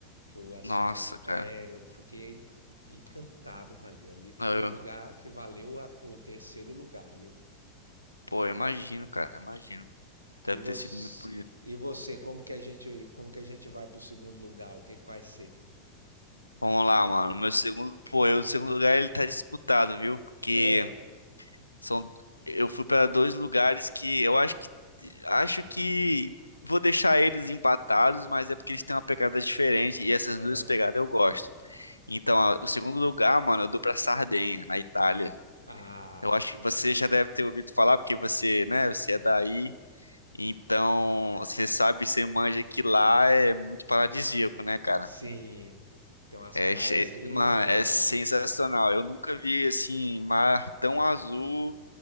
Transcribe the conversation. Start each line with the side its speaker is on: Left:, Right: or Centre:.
Right: que eu assim,
Left: Nossa,
Right: ó,
Left: cara.
Right: é, eu fiquei encantado com ali. Ali foi
Left: Eu,
Right: um lugar que valeu a- o terceiro lugar, viu?
Left: pô, eu imagino, cara, eu imagino. Deve
Right: E você,
Left: ter sido muito bonito.
Right: e você, como que a gente, como que a gente vai pro segundo lugar? O que que vai ser?
Left: Vamos lá, mano. Meu segundo, pô, eu, o segundo lugar ele tá disputado, viu? Porque
Right: Ah,
Left: são, eu fui pra dois lugares que eu acho que acho que vou deixar eles empatados, mas é porque eles têm uma pegada diferente e essas
Right: aham.
Left: duas pegadas eu gosto. Então, a- o segundo lugar, mano, eu dou pra Sardenha, na Itália.
Right: Ah,
Left: Eu acho que você já deve ter ouvido falar porque você, né, você é daí. Então, você sabe, você manja que lá é muito paradisíaco, né, cara?
Right: Sim, tem umas
Left: É,
Right: praias
Left: che-
Right: lindas
Left: mano,
Right: lá,
Left: é sensacional.
Right: né?
Left: Eu nunca vi assim mar tão azul